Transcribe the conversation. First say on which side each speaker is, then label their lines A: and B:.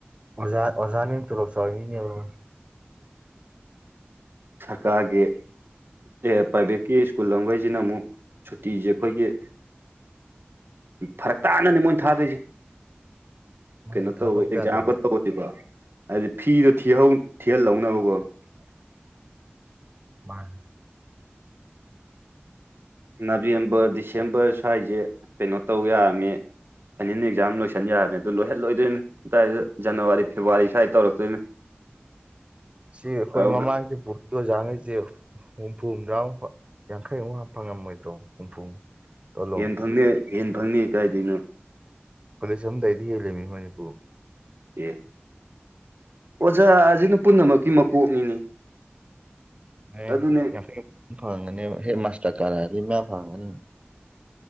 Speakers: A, on the right (about 30°); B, on the right (about 65°).
A: ꯑꯣꯖꯥ ꯑꯣꯖꯥꯅ ꯍꯦꯟꯅ ꯇꯣꯂꯣꯞ ꯆꯥꯎꯔꯤꯅꯤꯅꯦꯕꯣ
B: ꯁꯔꯀꯥꯔꯒꯤ ꯑꯦ ꯄ꯭ꯔꯥꯏꯚꯦꯠꯀꯤ ꯁ꯭ꯀꯨꯜ ꯈꯩꯁꯤꯅ ꯑꯃꯨꯛ ꯁꯨꯇꯤꯁꯦ ꯑꯩꯈꯣꯏꯒꯤ ꯐꯔꯛ ꯇꯥꯅꯅꯦ ꯃꯣꯏꯅ ꯊꯥꯗꯣꯏꯁꯦ
A: ꯃꯣꯏꯗꯤ
B: ꯀꯩꯅꯣ
A: ꯊꯥꯗꯣꯛꯄ
B: ꯇꯧꯋꯦ ꯑꯦꯛꯖꯥꯝꯒ
A: ꯌꯥꯗꯕ
B: ꯇꯧꯋꯦ ꯀꯣ ꯍꯥꯏꯗꯤ ꯐꯤꯗꯣ ꯊꯤꯍꯧ ꯊꯤꯍꯜꯍꯧꯅꯕꯀꯣ
A: ꯃꯥꯅꯦ
B: ꯅꯕꯦꯝꯕꯔ ꯗꯤꯁꯦꯝꯕꯔ ꯁ꯭ꯋꯥꯏꯁꯦ ꯀꯩꯅꯣ ꯇꯧ ꯌꯥꯔꯝꯃꯤ ꯐꯥꯏꯅꯜ ꯑꯦꯛꯖꯥꯝ ꯂꯣꯏꯁꯤꯟ ꯌꯥꯔꯅꯤ ꯑꯗꯨ ꯂꯣꯏꯍꯜꯂꯣꯏꯗꯣꯏꯅꯤ ꯑꯗꯨꯋꯥꯏꯗ ꯖꯅꯋꯥ ꯐꯦꯕꯋꯥꯔꯤ ꯁ꯭ꯋꯥꯏꯗ ꯇꯧꯔꯛꯇꯣꯏꯅꯤ
A: ꯁꯤ ꯑꯩꯈꯣꯏ
B: ꯑꯗꯨꯒ
A: ꯃꯃꯥꯡꯗꯤ ꯄꯨꯠ ꯑꯣꯖꯥ ꯈꯩꯁꯤ ꯍꯨꯝꯐꯨ ꯍꯨꯝꯗ꯭ꯔꯥ ꯃꯨꯛ ꯌꯥꯡꯈꯩꯃꯨꯛ ꯐꯪꯉꯝꯃꯣꯏꯗ꯭ꯔꯣ ꯍꯨꯝꯐꯨ ꯇꯣꯂꯣꯞ
B: ꯌꯦꯟꯅ ꯐꯪꯅꯤꯌꯦ ꯌꯦꯟꯅ ꯐꯪꯅꯤꯌꯦ ꯀꯥꯏꯗꯩꯅꯣ
A: ꯄꯨꯂꯤꯁ ꯑꯃꯗꯩꯗꯤ ꯍꯦꯜꯂꯤꯃꯤꯅꯤ ꯃꯅꯤꯕꯨ
B: ꯑꯦ ꯑꯣꯖꯥꯖꯤꯅ ꯄꯨꯝꯅꯃꯛꯀꯤ ꯃꯀꯣꯛꯅꯤꯅꯦ
A: ꯑꯦ
B: ꯑꯗꯨꯅꯦ
A: ꯌꯥꯩ ꯐꯪꯒ <inaudible> ꯅꯦꯕ ꯍꯦ ꯃꯥꯁꯇꯔ ꯀꯥꯔꯛꯑꯗꯤ ꯍꯥꯏꯗꯤ ꯃꯌꯥꯝ ꯐꯪꯉꯝꯒꯅꯤ